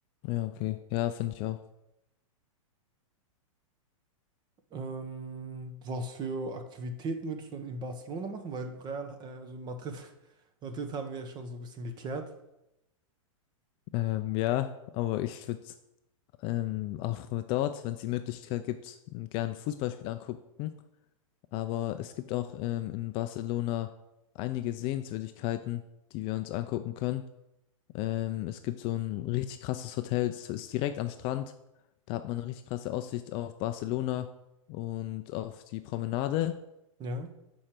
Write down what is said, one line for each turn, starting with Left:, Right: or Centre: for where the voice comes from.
Left: Ja, okay. Ja, finde ich auch.
Right: Ähm, was für Aktivitäten würdest du dann in Barcelona machen? Weil Real, äh, also in Madrid, <laughs> Madrid haben wir ja schon so ein bisschen geklärt.
Left: Ähm, ja, aber ich würde ähm, auch dort, wenn es die Möglichkeit gibt, gern ein Fußballspiel angucken. Aber es gibt auch ähm, in Barcelona einige Sehenswürdigkeiten, die wir uns angucken können. Ähm, es gibt so ein richtig krasses Hotel, es ist direkt am Strand. Da hat man eine richtig krasse Aussicht auf Barcelona und auf die Promenade.
Right: Ja,